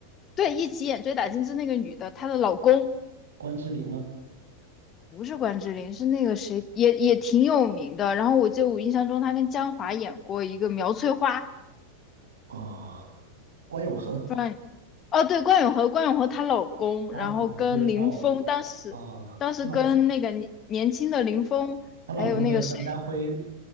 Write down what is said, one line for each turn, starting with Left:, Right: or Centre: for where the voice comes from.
Left: 对，一起演《追打金枝》那个女的，她的老公
Right: 关之琳吗？
Left: 不是关之琳，是那个谁，也也挺有名的。然后我记得我印象中她跟江华演过一个苗翠花，
Right: 啊，关咏荷，
Left: 不知道你哦，对，关咏荷，关咏荷她老公，
Right: 她的老公叫。
Left: 然后跟林峰，当时当时跟那个年年轻的林峰，
Right: 啊，她老她老公叫张家辉，
Left: 还有那个谁。